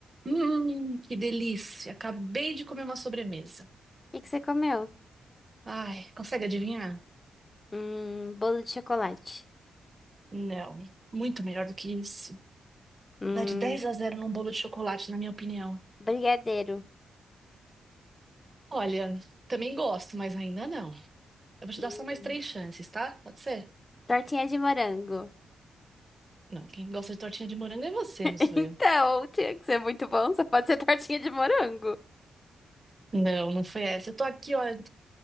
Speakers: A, on the right; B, on the left.
A: Hum, que delícia! Acabei de comer uma sobremesa.
B: O que que você comeu?
A: Ai, consegue adivinhar?
B: Hum, bolo de chocolate.
A: Não, muito melhor do que isso.
B: Hum,
A: Dá de 10 a zero num bolo de chocolate, na minha opinião.
B: brigadeiro.
A: Olha, também gosto, mas ainda não. Eu vou te
B: Hum,
A: dar só mais três chances, tá? Pode ser?
B: tortinha de morango.
A: Não, quem gosta de tortinha de morango é você,
B: <laughs>
A: não sou
B: Então,
A: eu.
B: tinha que ser muito bom, só pode ser tortinha de morango.
A: Não, não foi essa. Eu tô aqui, olha,